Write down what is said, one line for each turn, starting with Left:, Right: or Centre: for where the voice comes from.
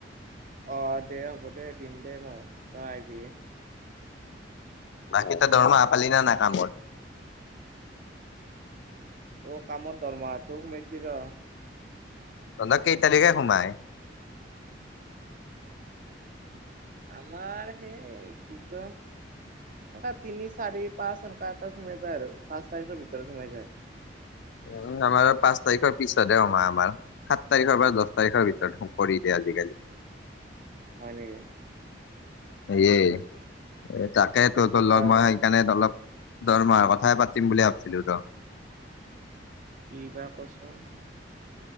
Right: অহ, দে হ'ব দে দিম দে মই তই আহিবি।
Left: বাকি তই দৰমহা পালি নে নাই কামৰ?
Right: অহ, কামৰ দৰমহাটো সুমেছি ৰ'।
Left: তহন্তৰ কেই তাৰিখে সোমাই?
Right: আমাৰ সেই কি কয় এনকা তিনি, চাৰি, পাঁচ এনকা এটাত সোমে যায় আৰু পাঁচ তাৰিখৰ ভিতৰত সোমে যায়।
Left: উম, আমাৰ পাঁচ তাৰিখৰ পিছতহে সোমাই আমাৰ সাত তাৰিখৰ পৰা দছ তাৰিখৰ ভিতৰত কৰি দিয়ে। আজিকালি
Right: হয় নেকি?
Left: এয়ে এ তাকে
Right: অলপ
Left: তহতৰ
Right: দিগদাৰ
Left: লগ মই
Right: হয়
Left: সেইকাৰণে অলপ দৰমাৰ কথাই পাতিম বুলি ভাবিছিলো ৰ
Right: কিবা কচোন?